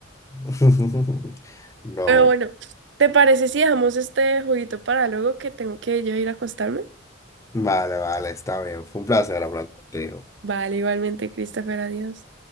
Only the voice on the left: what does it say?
<laughs> No,
vale, vale, está bien. Fue un placer hablar contigo.